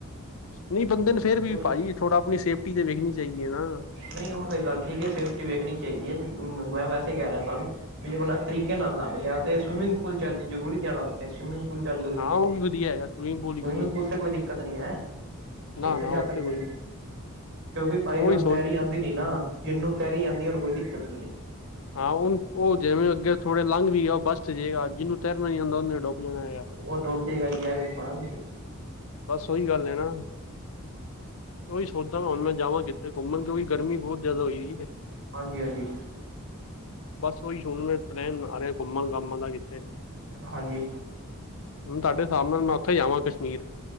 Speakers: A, on the left; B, on the right.
A: ਨਹੀਂ ਬੰਦੇ ਨੂੰ ਫੇਰ ਵੀ
B: ਕਿਉਂ
A: ਭਾਜੀ, ਥੋੜਾ ਆਪਣੀ ਸੇਫਟੀ ਤੇ ਵੇਖਣੀ ਚਾਹੀਦੀ ਹੈ ਨਾ।
B: ਨਹੀਂ ਉਹ ਤਾਂ ਗੱਲ ਠੀਕ ਹੈ, ਸੇਫਟੀ ਵੇਖਣੀ ਚਾਹੀਦੀ ਹੈ। ਮੈਂ ਵੈਸੇ ਹੀ ਕਹਿ ਰਿਹਾ ਤੁਹਾਨੂੰ ਵੀ ਆਪਣਾ ਤਰੀਕੇ ਨਾਲ ਨਾਵੇ ਯਾ ਤੇ ਸਵਿਮਿੰਗ ਪੂਲ ਚੱਲ ਜਾ, ਜਰੂਰੀ ਜਾਣਾ ਉੱਥੇ, ਸਵਿਮਿੰਗ ਪੂਲ ਚੱਲ ਜਾ ਤੁਸੀਂ,
A: ਹਾਂ ਉਹ ਵੀ ਵਧੀਆ ਹੈਗਾ ਸਵੀਮਿੰਗ ਹੀ
B: ਸਵਿਮਿੰਗ
A: ਵਧੀਆ
B: ਪੂਲ ਤੇ ਕੋਈ ਦਿੱਕਤ ਨੀ ਹੈ।
A: ਨਾ
B: ਉੱਥੇ
A: ਨਾ
B: ਜਾ ਸਕਦੇ,
A: ਕੋਈ
B: ਕਿਉਂਕਿ ਭਾਜੀ
A: ਉਹੀ
B: ਹੁਣ
A: ਸੋਚ
B: ਤੈਰੀ ਆਉਂਦੀ ਨੀ ਨਾ। ਜਿਹਨੂੰ ਤੈਰੀ ਆਦੀਂ, ਉਨੂੰ ਕੋਈ ਦਿੱਕਤ ਨੀ ਹੈ।
A: ਹਾਂ ਉਹਣ ਉਹ ਜਿਵੇਂ ਅੱਗੇ ਥੋੜੇ ਲੰਘ ਵੀ ਜਾੳ ਉਹ ਬੱਚ ਤੇ ਜੇਗਾ, ਜਿਹਨੂੰ ਤੈਰਨਾ ਨਹੀਂ ਆਉਂਦਾ ਉਹਨੇ ਡੁੱਬ ਜਾਣਾ ਹੈਗਾ।
B: ਉਹ ਡੁੱਬ ਜੇਗਾ ਜੀ, ਇਹ ਵੇਖੋ ਨਾ ਤੁਸੀਂ।
A: ਬਸ ਓਹੀ ਗੱਲ ਹੈ ਨਾ। ਉਹੀ ਸੋਚਦਾ ਹੁਣ ਮੈਂ ਜਾਵਾਂ ਕਿੱਥੇ ਘੁੰਮਣ, ਕਿਉਂਕਿ ਗਰਮੀ ਬਹੁਤ ਜ਼ਿਆਦਾ ਹੋਈ ਈ ਏ।
B: ਹਾਂਜੀ, ਹਾਂਜੀ।
A: ਬਸ ਓਹੀ ਹੁਣ ਮੈਂ ਪਲੈਨ ਬਣਾ ਰਿਹਾ, ਘੁੰਮਣ ਘਾਮਣ ਦਾ ਕਿੱਥੇ
B: ਹਾਂਜੀ।
A: ਹੁਨ ਮੈ ਤੁਹਾਡੇ ਹਿਸਾਬ ਨਾਲ, ਮੈਂ ਉੱਥੇਂ ਹੀ ਜਾਵਾਂ ਕਸ਼ਮੀਰ।